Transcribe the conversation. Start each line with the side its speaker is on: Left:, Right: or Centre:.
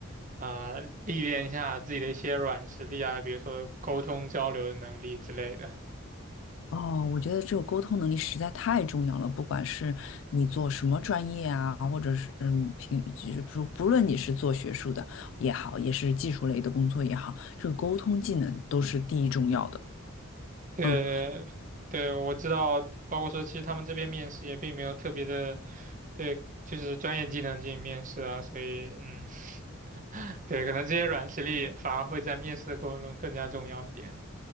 Right: 啊、历练一下自己的一些软实力啊，比如说沟通交流的能力之类的。
Left: 哦，我觉得这个沟通能力实在太重要了，不管是你做什么专业啊，或者是嗯，平就是不不论你是做学术的也好，也是技术类的工作也好，这个沟通技能都是第一重要的。
Right: 对，
Left: 嗯，
Right: 对，我知道，包括说，其实他们这边面试也并没有特别的，对，就是专业技能进行面试啊，所以，嗯，<laughs> 对，可能这些软实力反而会在面试的过程中更加重要一点。